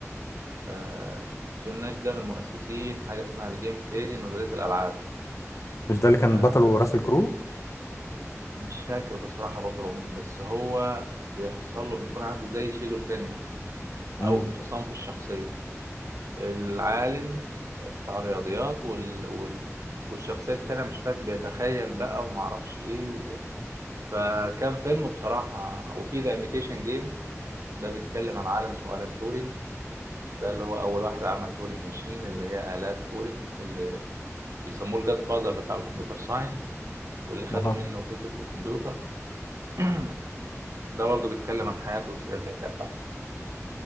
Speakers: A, on the right (about 70°); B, on the left (about 65°).
A: آه، جون ناش ده من مؤسسين حاجة اسمها الجيم ثيري نظرية الألعاب
B: مش ده اللي كان
A: آه،
B: بطله راسل كرو
A: مش فاكر بصراحة بطله مين بس هو بيحصل له بيكون عنده زي شيزوفرينيا
B: امم
A: أو انفصام في الشخصية العالم بتاع الرياضيات وال... وال... والشخصية التانية مش فاكر بيتخيل بقى ومعرفش إيه و... فكان فيلم بصراحة وفي ذا إيميتيشن جيم ده بيتكلم عن عالم اسمه ألان تورينج ده اللي هو أول واحد عمل تورينج ماشين اللي هي آلات تورينج اللي بيسموه الجاد فاذر بتاع الكمبيوتر ساينس واللي خدوا
B: اها
A: منه فكرة الكمبيوتر <clears throat> ده برضه بيتكلم عن حياته والسيرة الذاتية بتاعته